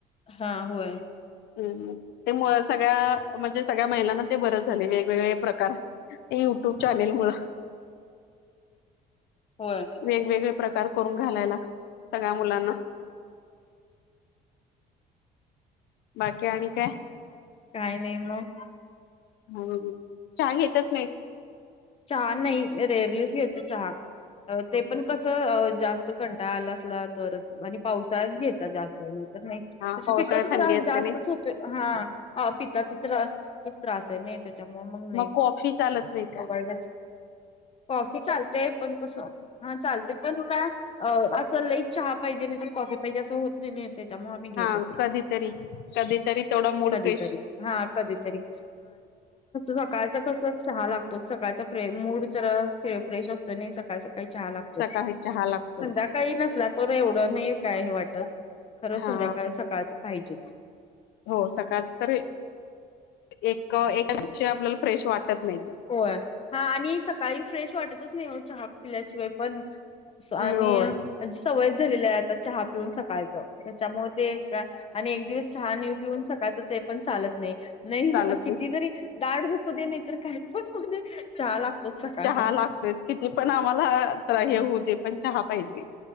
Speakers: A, on the left; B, on the left.
A: हा होय.
B: हम् ते मु सगळ्या म्हणजे सगळ्या महिलांना ते बरंच झाले वेगवेगळे प्रकार. ते युट्यूब चॅनेल मु.
A: होच.
B: वेगवेगळे प्रकार करून घालायला सगळ्या मुलांना. बाकी आण काय.
A: काही नाही मग.
B: हम् चहा घेतच नाहीस.
A: चहा नाही रेरलीच येते चहा. ते पण कसं जास्त कंटाळाला असला तर आणि पावसात घेेतात जास्त नाही तर नाही.
B: हा पावसाळ्यात
A: त पताचा त्रास
B: थंडी असते
A: जास्तच
B: नाही
A: होतो हा हा पताचा त्रास त्रास आहे नाही. त्याच्यामुळे मग नाही
B: कॉफी चालत नाही का
A: आवड कॉफी चालते. प कस <inaudible> हा चालते पण का अ असं लईत चहा पाहिजे नाही तर कॉफी पाहिजे असं होत नाही नाही. ते जम आमही. घेतच
B: हा कधीतरी कधीतरी तेथोडा मूड
A: कधीतरीच
B: फेश.
A: हा कधीतरीस सकाळच कस चहा लागतो सकाळच्या. मूड जर फ्रेश असतो नाही सकाळी सकाळी चहा लागत.
B: सकाळी चहा लागतोयच
A: संध्याकाळी नसला. तर एवढं नाही काय हे वाटत खरं
B: हा
A: संध्याकाळ सकाळच पाहिजे.
B: हो सकाळच तर एक एका विषय आपल्याला फ्रेश वाटत नाही.
A: होय हा आणि सकाळी फ्रेश वाटतच नाही हो चहा पिल्याशिवाय पण.
B: ते
A: आणि
B: होय
A: म्ह सवयच झालेली आहे आता चहा पिऊन सकाळच. त्याच्यामुळे ते आणि एक दिवस छान पिऊन सकायचं ते. पण चालत नाही नाही
B: चालत
A: किती
B: नाही
A: जरी दा झप नाही तर का पण. चहा लागतोच. सकाळचा.
B: चहा लागतेच किती पण आम्हाला तर
A: होय
B: हे होऊ दे पण चहा पाहिजे.